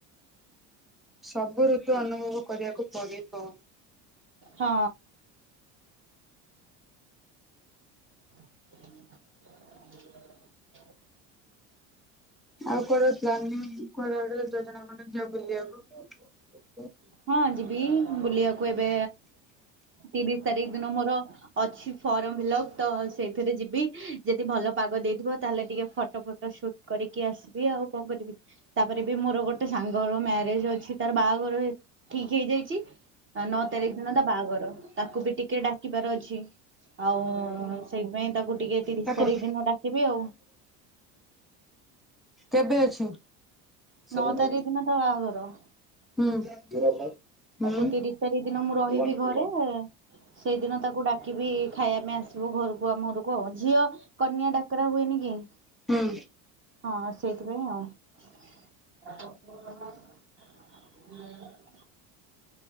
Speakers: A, in the centre; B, on the right (about 30°).
A: ସବୁ ଋତୁ ଅନୁଭବ କରିବାକୁ ପଡିବ।
B: ହଁ। <inaudible>
A: ଆଉ କୁଆଡେ ପ୍ଳାନିଙ୍ଗ। କୁଆଡେ ଗୋଟେ ଯୋଜନା କରୁନ ଯିବା ବୁଲିବାକୁ।
B: ହଁ ଯିବି ବୁଲିବାକୁ ଏବେ ତିରିଶ ତାରିଖ ଦିନ ମୋର ଅଛି ଫର୍ମ ଫିଲପ ତ ସେଇଥିରେ ଯିବି ଯଦି ଭଲ ପାଗ ଦେଇଥିବ ତାହେଲେ ଟିକେ ଫଟୋ ଫଟୋ ସୁଟ କରିକି ଆସିବି ଆଉ କଣ କରିବି। ତାପରେ ବି ମୋର ଗୋଟେ ସାଙ୍ଗର ମ୍ୟାରେଜ ଅଛି ତାର ବାହାଘର ଠିକ୍ ହେଇଯାଇଛି ନଅ ତାରିଖ ଦିନ ତା ବାହାଘର ତାକୁ ବି ଟିକେ ଡାକିବାର ଅଛି। ଆଉ ସେଇଥିପାଇଁ ତାକୁ ଟିକେ ତିରିଶ
A: ତା କଣ?
B: ତାରିଖ ଦିନ ଡାକିବି ଆଉ।
A: କେବେ ଅଛି। ସେଭେନ
B: ନଅ ତାରିଖ
A: ଏଇଟ୍
B: ଦିନ ତା ବାହାଘର।
A: ହୁଁ। <unintelligible>
B: ତାକୁ
A: ହୁଁ
B: ତିରିଶ ତାରିଖ ଦିନ ମୁଁ ରହିବି
A: ୱାନ୍ ଟୁ
B: ଘରେ।
A: ୱାନ୍।
B: ସେଇଦିନ ତାକୁ ଡାକିବି ଖାଇବା ପାଇଁ ଆସିବ ଘରକୁ ଆମ ଘରକୁ। କୁହ ଝିଅ କନ୍ୟା ଡାକରା ହୁଏନି କି।
A: ହୁଁ।
B: ହଁ ସେଇଥିପାଇଁ ଆଉ। <inaudible>